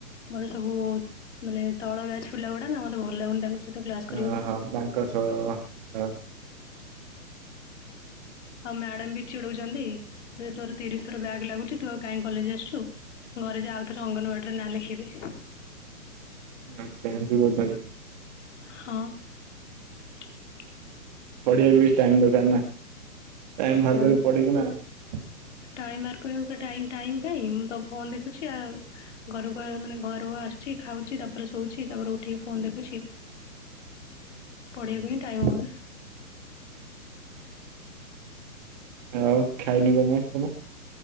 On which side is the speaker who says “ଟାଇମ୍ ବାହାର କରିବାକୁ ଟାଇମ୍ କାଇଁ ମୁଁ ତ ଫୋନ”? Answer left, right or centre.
Left